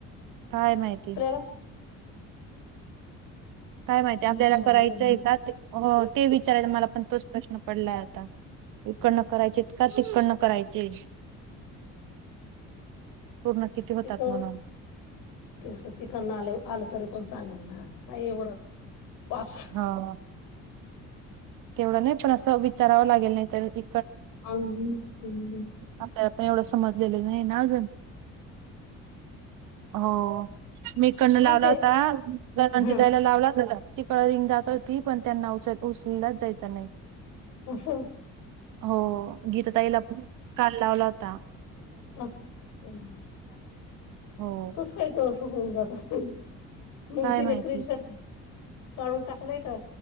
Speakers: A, on the right (about 80°); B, on the left (about 85°).
A: काय माहिती?
B: बास.
A: काय माहितीय आपल्याला
B: विचारलं
A: करायचंय
B: नाही
A: का ते ते विचाराय मला पण तोच प्रश्न पडला आहे. इकडनं करायचे का तिकडनं करायचे.? पूर्ण किती होतात
B: तिकड
A: म्हणून
B: ते तिकड आले आलं तरी पण चालेल ना काय एवढं? पास
A: हा तेवढं नाही पण अस- त विचारावं लागलं नाय तर उगी
B: <unintelligible>
A: आपल्याला पण एवढं समजलेलं नाही ना अजून. हो मी इकंड
B: म्हणजे
A: लावला होता <unintelligible>
B: हा
A: लावला पळ रिंग जात होती पण त्यांना उच उचललाच जायच नाय.
B: असं
A: हो गीता ताईला पण काल लावला हो ता
B: अस हम्म
A: हो
B: कस काय होऊन जात? हं
A: काय
B: तिनी
A: माहिती
B: स्क्रीन शॉट काढून.. टाकलाय का